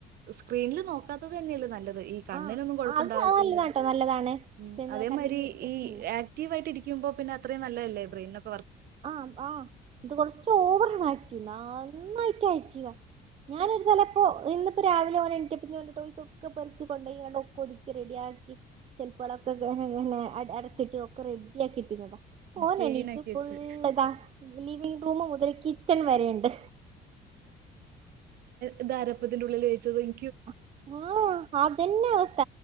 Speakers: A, on the right (about 65°); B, on the right (about 35°).
A: സ്ക്രീനിൽ നോക്കാ ത്തത് തന്നെയല്ലെ നല്ലത് ഈ കണ്ണിനൊന്നും
B: ആഹ്
A: കൊഴപ്പണ്ടാവത്തില്ല
B: അത് നല്ലതാട്ടോ നല്ലതാണ്
A: ഉം
B: പിന്നെ
A: അതേ
B: കണ്ണിന്
A: മായിരി
B: പ്രശ്നല്ല
A: ഈ ആക്ടീവ് ആയിട്ട് ഇരിക്കുമ്പോ പിന്നെ അത്രേം നല്ലെയ ലൈബ്ര <unintelligible>
B: ആ ആ ഇത് കൊറച്ച് ഓവർ ആക്റ്റീവ് <unintelligible> <unintelligible> ആക്റ്റീവാ ഞാനൊരു തലപ്പോ ഇന്ന് ഇപ്പൊ രാവിലെ ഓന് എണീറ്റപ്പോ ഓന്റെ ടോയ്സ് ഒക്കെ പെർക്കി കൊണ്ടോയാണ്ട് ഒക്കെ ഒത്ക്കി റെഡിയാക്കി ഷെൽഫാൾ ഒക്കെ അടച്ചിട്ട് ഒക്കെ റെഡി ആക്കിയിട്ടിനെതാ ഓനെണീക്കും
A: ക്ലീൻ ആക്കി വെച്ച്.
B: ഫുള്ള്താ ലിവിംഗ് റൂമ് മുതൽ കിച്ചൺ വരെണ്ട്
A: ഇതാരാപ്പതിന്റെ ഉള്ളിൽ വെ ച്ചത് ഇൻ
B: ആ അതെന്നെ അവസ്ഥ